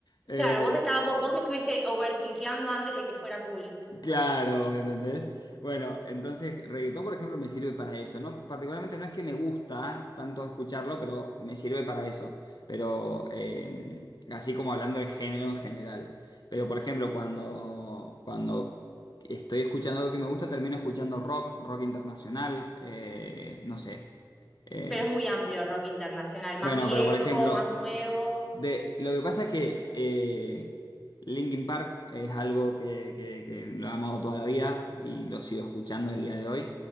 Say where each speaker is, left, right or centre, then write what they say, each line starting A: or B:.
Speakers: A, on the left; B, in the centre.
A: Eh,
B: Claro, vos estaba, vo- vos estuviste overthinkeando antes de que fuera cool,
A: Claro, ¿me entendés? Bueno, entonces reggaetón, por ejemplo, me sirve para eso, ¿no? Particularmente no es que me gusta tanto escucharlo, pero me sirve para eso. Pero eh, así como hablando del género en general. Pero por ejemplo, cuando, cuando estoy escuchando algo que me gusta, termino escuchando rock, rock internacional, eh, no sé. Eh,
B: pero es muy amplio rock internacional,
A: bueno,
B: más viejo,
A: pero por ejemplo,
B: más nuevo.
A: de, lo que pasa es que eh, Linkin Park es algo que, que- que lo he amado toda la vida y lo sigo escuchando el día de hoy.